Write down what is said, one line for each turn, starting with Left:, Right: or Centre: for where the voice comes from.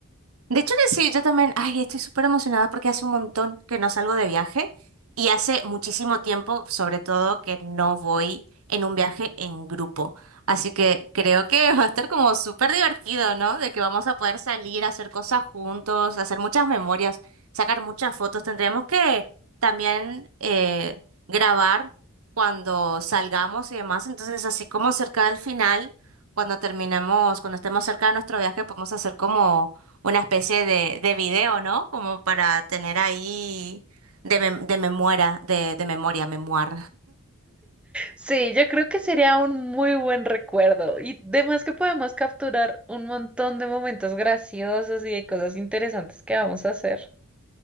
Right: De hecho que sí, yo también, ay, estoy súper emocionada porque hace un montón que no salgo de viaje y hace muchísimo tiempo, sobre todo, que no voy en un viaje en grupo. Así que creo que <laughs> va a estar como súper divertido, ¿no? De que vamos a poder salir, a hacer cosas juntos, hacer muchas memorias, sacar muchas fotos. Tendremos que también eh, grabar cuando salgamos y demás. Entonces, así como cerca del final, cuando terminemos, cuando estemos cerca de nuestro viaje, podemos hacer como una especie de, de video, ¿no? Como para tener ahí de, mem- de memoria, de, de memoria, memoir.
Centre: Sí, yo creo que sería un muy buen recuerdo y además que podemos capturar un montón de momentos graciosos y de cosas interesantes que vamos a hacer.